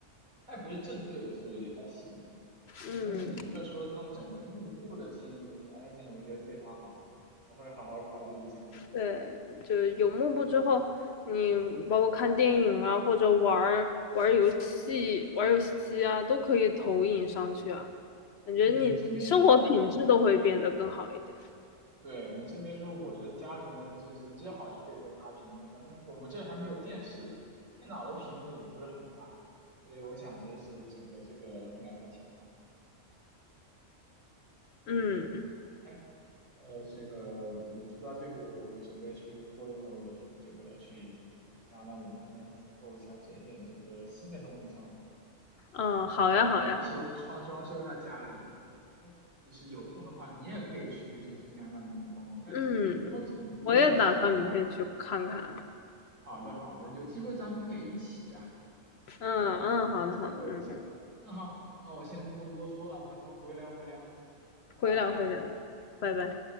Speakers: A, on the right; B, on the left.
A: 它也不是正对的，所以还行。嗯，
B: 嗯，
A: 但是你这个说弄整个幕布的建议，就是，哎，真的我觉得非常好，我会好好考虑一下的。
B: 对，就有幕布之后，你包括看电影啊，或者玩儿玩游戏、玩游戏机啊，都可以投影上去啊。感觉你生活品质都会变得更好一点。
A: 嗯，你先别说，对你真别说，我这家里面就是正好缺一个大屏幕，咱们我们这还没有电视，电脑的屏幕也不是很大，所以我想就是整个这个应该会挺好。
B: 嗯
A: 哎，呃，这个我说到这个，我我准备去过一会儿，我去这个去加拿大轮胎那儿采购一下，整点这个新的东西上来。
B: 嗯，好呀好呀，
A: 呃，装修装装修一下家里。哎，就是有空的话，你也可以去就是加拿大轮台逛逛，那挺多挺多，
B: 嗯，我也打算明天去看看。
A: 就是好的好的，有机会咱们可以一起啊
B: 嗯嗯，
A: 去那儿采购一下。
B: 好的好的，嗯嗯，
A: 那好，那我先不多说了，咱们回聊回聊，拜拜。
B: 回聊回聊，拜拜。